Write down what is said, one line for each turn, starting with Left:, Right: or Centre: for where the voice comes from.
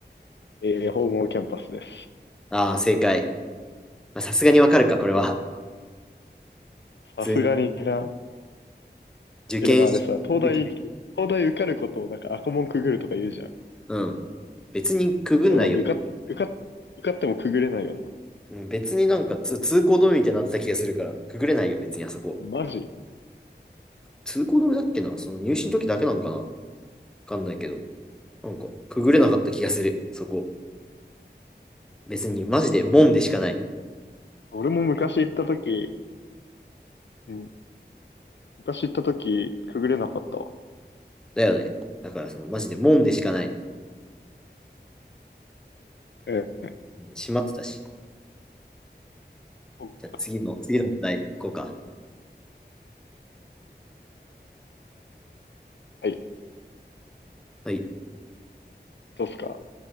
Left: えー、本郷キャンパスです。
Centre: ああー、正解。まあさすがにわかるか、これは。
Left: さすがにな。
Centre: 普通に受験し時、
Left: え、でもあれさ、東大、東大受かることをなんか赤門くぐるとか言うじゃん。
Centre: うん。別にくぐんないよね。
Left: でもあれ、受か、受か、受かってもくぐれないよな。
Centre: うん、別になんかつ通行止めみたいになってた気がするから、くぐれないよ、別にあそこ。
Left: マジ
Centre: 通行止めだっけなその入試の時だけなのかなわかんないけど。なんか、くぐれなかった気がする、そこ。別に、マジで門でしかない。
Left: 俺も昔行った時、うん、昔行った時、くぐれなかったわ。
Centre: だよね。だから、その、マジで門でしかない。う
Left: えー、
Centre: ん閉まってたし。
Left: 僕
Centre: じゃあ次の、次の問題、こうか。
Left: はい。
Centre: はい。
Left: どうっすか